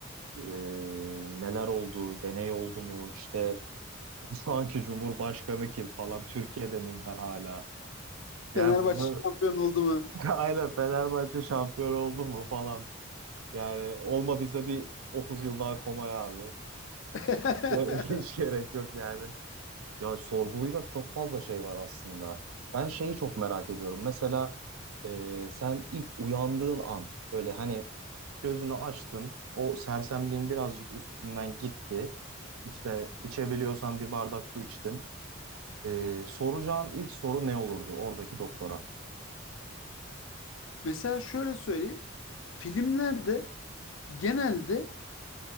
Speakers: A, on the right; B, on the left.
A: e, neler oldu, deney oldu mu, işte <laughs> şu anki Cumhurbaşkanı kim falan, Türkiye'de miyim ben hala? Yani
B: Fenerbahçe
A: bunu
B: şampiyon oldu mu?
A: <laughs> Aynen Fenerbahçe şampiyon oldu mu falan. Yani olmadıysa bir 30 yıl daha komaya abi.
B: <laughs>
A: Ya, <laughs> Hiç gerek yok yani. Ya sorgulayacak çok fazla şey var aslında. Ben şeyi çok merak ediyorum. Mesela e, sen ilk uyandığın an böyle hani gözünü açtın. O sersemliğin birazcık üstünden gitti. İşte içebiliyorsan bir bardak su içtin. E, soracağın ilk soru ne olurdu oradaki doktora?
B: Mesela şöyle söyleyeyim. Filmlerde genelde